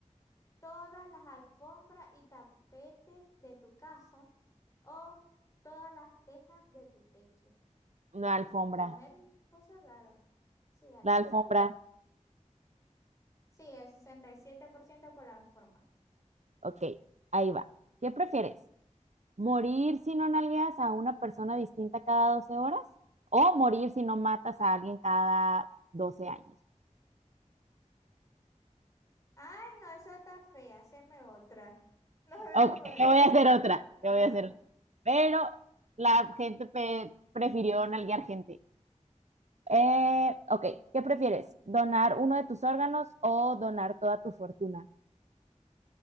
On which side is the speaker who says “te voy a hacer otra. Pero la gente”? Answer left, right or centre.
Right